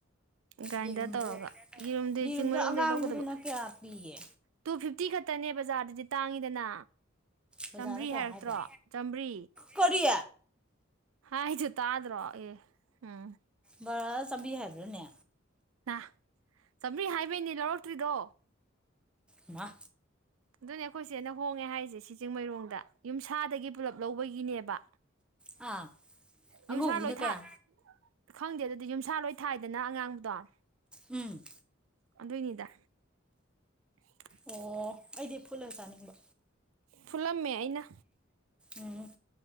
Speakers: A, on the right; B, in the centre.
A: ꯒ꯭ꯔꯥꯏꯟꯗꯔ
B: ꯌꯦꯔꯨꯝꯗꯣ
A: ꯇꯧꯔꯒ ꯌꯦꯔꯨꯝꯗꯤ
B: ꯌꯦꯔꯨꯝꯗꯣ
A: ꯆꯤꯡꯃꯩꯔꯣꯡꯗꯩ
B: ꯑꯉꯥꯡꯕꯗꯨꯅ
A: ꯂꯧꯒꯗꯕ
B: ꯀꯌꯥ ꯄꯤꯒꯦ
A: ꯇꯨ ꯐꯤꯐꯇꯤ ꯈꯠꯇꯅꯦ ꯕꯖꯥꯔꯗꯗꯤ ꯇꯥꯡꯉꯤꯗꯅ
B: ꯕꯖꯥꯔꯗ
A: ꯆꯥꯝꯕ꯭ꯔꯤ
B: ꯀꯌꯥ
A: ꯍꯥꯏꯔꯛꯇ꯭ꯔꯣ
B: ꯍꯥꯏꯕ
A: ꯆꯥꯝꯕ꯭ꯔꯤ
B: ꯀꯔꯤ
A: ꯍꯥꯏꯗꯨ ꯇꯥꯗ꯭ꯔꯣ ꯑꯦ ꯍꯨꯝ
B: ꯕꯔꯔꯥ ꯆꯥꯝꯃ꯭ꯔꯤ ꯍꯥꯏꯕ꯭ꯔꯥꯅꯦ
A: ꯅ ꯆꯥꯝꯃ꯭ꯔꯤ ꯍꯥꯏꯕꯩꯅꯦ ꯂꯧꯔꯛꯇ꯭ꯔꯤꯗꯣ
B: ꯏꯃꯥ
A: ꯑꯗꯨꯅꯦ ꯑꯩꯈꯣꯏ ꯆ‌ꯦꯅ ꯍꯣꯡꯉꯦ ꯍꯥꯏꯖꯦ ꯁꯤ ꯆꯤꯡꯃꯩꯔꯣꯡꯗ ꯌꯨꯝꯁꯥꯗꯒꯤ ꯄꯨꯂꯞ ꯂꯧꯕꯒꯤꯅꯦꯕ
B: ꯑꯥ ꯑꯉꯧꯕꯗꯨꯅ
A: ꯌꯨꯝꯁꯥ ꯂꯣꯏꯊꯥꯠ
B: ꯀꯌꯥ
A: ꯈꯪꯗꯦ ꯑꯗꯨꯗꯤ ꯌꯨꯝꯁꯥ ꯂꯣꯏ ꯊꯥꯏꯗꯅ ꯑꯉꯥꯡꯕꯗꯣ
B: ꯎꯝ
A: ꯑꯗꯨꯏꯅꯤꯗ <inaudible>
B: ꯑꯣ ꯑꯩꯗꯤ ꯐꯨꯠꯂ ꯆꯥꯅꯤꯡꯕ꯫
A: ꯐꯨꯂꯝꯃꯦ ꯑꯩꯅ꯫
B: ꯎꯝ꯫